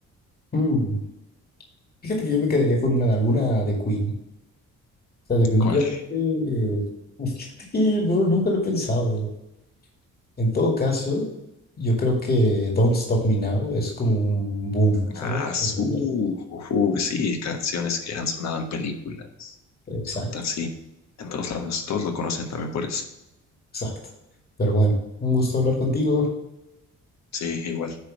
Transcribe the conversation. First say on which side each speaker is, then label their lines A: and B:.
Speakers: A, on the left; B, on the left.
A: Mm. Fíjate que yo me quedaría con una alguna de Queen. O sea, definitivamente.
B: ¿Cuál?
A: eh, pues, Fíjate que no, nunca lo he pensado. En todo caso, yo creo que Don't Stop Me Now es como un boom, ¿sabes?
B: Ah, su,
A: De emoción.
B: ujú, sí, canciones que han sonado en películas.
A: Exacto,
B: Puta, Sí, en todos lados, todos lo conocen también por eso.
A: exacto. Pero bueno, un gusto hablar contigo.
B: Sí, igual.